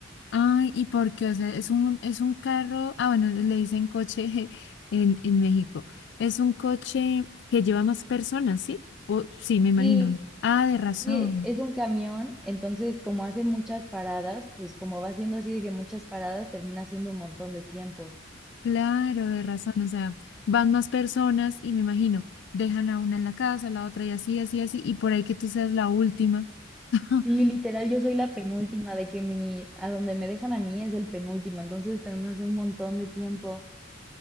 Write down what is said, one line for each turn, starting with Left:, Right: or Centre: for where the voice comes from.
Left: Ay, ¿y por qué? O sea, es un, es un carro, ah, bueno, le dicen coche <laughs> en, en México. Es un coche que lleva más personas, ¿sí? O, sí, me imagino.
Centre: Sí,
Left: Ah, de razón.
Centre: Sí, es un camión, entonces como hace muchas paradas, pues como va siendo así de que muchas paradas, termina siendo un montón de tiempo.
Left: Claro, de razón. O sea, van más personas y me imagino, dejan a una en la casa, la otra y así, así, así, y por ahí que tú seas la última. <laughs>
Centre: Sí, literal, yo soy la penúltima, de que mi, a donde me dejan a mí es el penúltimo, entonces termino hace un montón de tiempo.